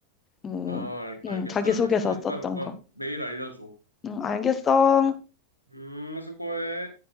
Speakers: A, on the left; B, on the right.
A: 음,
B: 아, 알,
A: 음,
B: 알겠어,
A: 자기소개서
B: 알겠어. 이따가
A: 썼던 거.
B: 메일 알려줘.
A: 응, 알겠어.
B: 음, 수고해.